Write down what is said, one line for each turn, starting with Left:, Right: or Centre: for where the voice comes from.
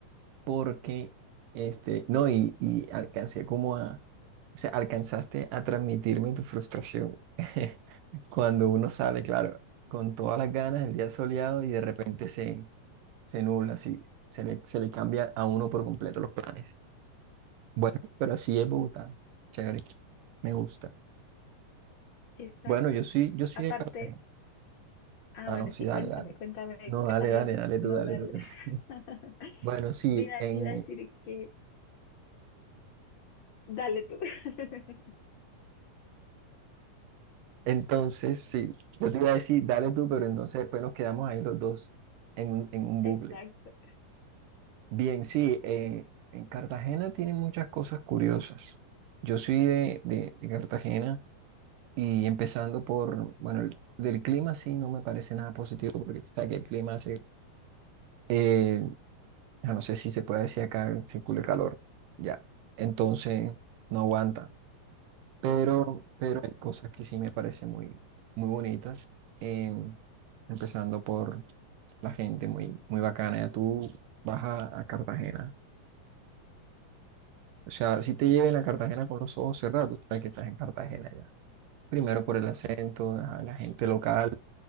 Right: porque, este, no, y, y alcancé como a, o sea, alcanzaste a transmitirme tu frustración. <laughs> Cuando uno sale, claro, con todas las ganas, el día soleado y de repente se, se nubla, así, se le, se le cambia a uno por completo los planes. Bueno, pero así es Bogotá. Chévere, me gusta.
Left: Exacto.
Right: Bueno, yo soy, yo soy
Left: Aparte,
Right: de Cartagena.
Left: ah,
Right: Ah,
Left: bueno,
Right: no, sí,
Left: sí,
Right: dale,
Left: cuéntame,
Right: dale.
Left: cuéntame,
Right: No,
Left: Cartagena,
Right: dale, dale, dale
Left: no
Right: tú, dale
Left: dale.
Right: tú. <laughs>
Left: <laughs>
Right: Bueno, sí,
Left: Iba,
Right: en,
Left: iba a decir que dale tú. <laughs>
Right: entonces, sí, yo te iba a decir, dale tú, pero entonces después nos quedamos ahí los dos en, un- en un bucle.
Left: Exacto,
Right: Bien, sí, eh, en Cartagena tienen muchas cosas curiosas. Yo soy de, de, de Cartagena y empezando por, bueno, el- del clima sí no me parece nada positivo porque tú sabes que el clima hace... eh, Ah, no sé si se puede decir acá, circula el calor, ya. Entonces, no aguanta. Pero, pero hay cosas que sí me parecen muy, muy bonitas. eh, empezando por la gente muy, muy bacana. Ya tú vas a, a Cartagena. O sea, si te llegan a Cartagena con los ojos cerrados, tú sabes que estás en Cartagena ya. Primero por el acento, ajá, la gente local,